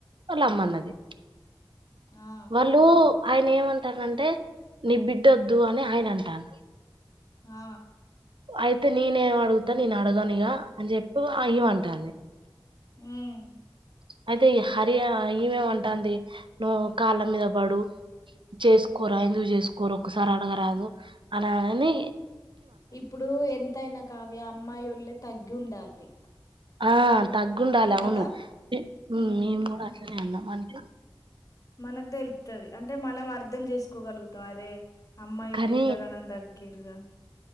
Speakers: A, on the right (about 70°); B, on the left (about 40°).
A: వాళ్ళ అమ్మన్నది
B: ఆ
A: వాళ్ళు ఆయన ఏమంటడంటే నీ బిడ్డొద్దు అని ఆయన అంటాండు
B: ఆ
A: అయితే నేనేం అడుగుతా నేను అడగను ఇగ అని జెప్పి ఈమె అంటాంది
B: హ్మ్
A: అయితే హరి ఇమేమంటాంది నువ్వు కాళ్ళ మీద పడు చేసుకోరా ఎందుకు చేసుకోరు ఒకసారి అడగరాదు అననని
B: ఇప్పుడు ఎంతైనా కావ్య అమ్మాయి వోళ్ళే తగ్గి ఉండాలి
A: ఆ తగ్గుండాలి అవును
B: కదా
A: మే
B: ఉమ్
A: నేను గూడా అట్లనే అన్న అంటే
B: మనక్ దెలుత్తది అంటే మనం అర్థం చేస్కోగలుగుతాం అరే అమ్మాయి వోళ్ళు
A: కానీ
B: ఇంతగనం దగ్ కేరరా